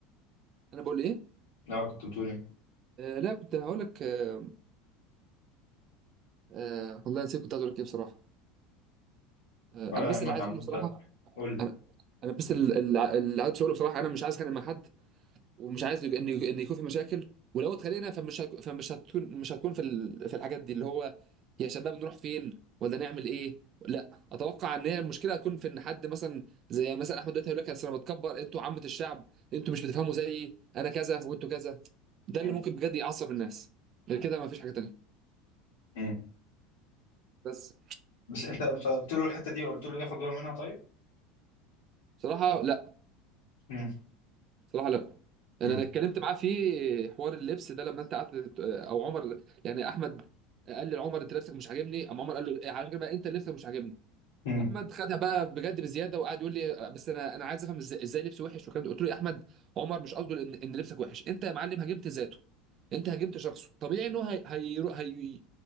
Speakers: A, on the right; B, on the left.
A: انا بقول ايه
B: لا كنت بتقول ايه؟
A: آه لا كنت هقول لك آه آه والله نسيت كنت عايز اقول لك ايه بصراحه آه
B: ولا
A: انا بس
B: يهمك
A: اللي عايز
B: يا عم
A: اقوله
B: انت
A: بصراحه
B: قول
A: انا انا بس اللي اللي عايز اقوله بصراحه انا مش عايز اتخانق مع حد ومش عايز يج- ان ان يكون في مشاكل ولو اتخانقنا فمش هك- فمش هتكون مش هتكون في ال- في الحاجات دي اللي هو يا شباب نروح فين ولا نعمل ايه لا اتوقع ان هي المشكله هتكون في ان حد مثلا زي مثلا احمد دلوقتي هيقول لك أصل انا بتكبر انتوا عامه الشعب انتوا مش بتفهموا زيي انا كذا وانتوا كذا ده اللي
B: مم.
A: ممكن بجد يعصب الناس غير كده ما فيش حاجه تانيه
B: مم.
A: بس
B: بس انت قلت له الحته دي قلت له ناخد باله منها طيب؟
A: بصراحه لا
B: مم.
A: صراحة لا انا
B: مم.
A: انا اتكلمت معاه في حوار اللبس ده لما انت قعدت او عمر يعني احمد قال لي لعمر انت لبسك مش عاجبني اما عمر قال له على فكره بقى انت لبسك مش عاجبني
B: مم.
A: احمد خدها بقى بجد بزياده وقعد يقول لي بس انا انا عايز افهم ازاي ازاي لبس وحش والكلام ده قلت له يا احمد عمر مش قصده ان ان لبسك وحش انت يا معلم هاجمت ذاته انت هاجمت شخصه طبيعي ان هو هي... هي... هي...